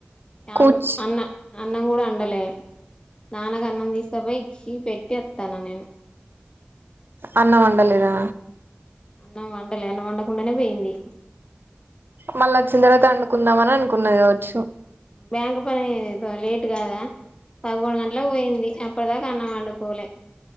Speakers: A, on the right; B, on the left.
A: కూర్చ్
B: ఆమ్ అన్న అన్నం కూడా అండలే నాన్నకు అన్నం తీసుకపోయి ఇచ్చి పెట్టి అత్తన నేను
A: అన్నం వండలేదా
B: అన్నం వండలే అన్నం వండకుండానే పోయింది
A: మళ్ళ అచ్చిన తర్వాత వండుకుందామ అని అనుకున్నది కావచ్చు
B: బ్యాంక్ పని ఏదో లేట్ కాదా పదకొండు గంటలకు పోయింది అప్పటిదాకా అన్నాం వండు కోలే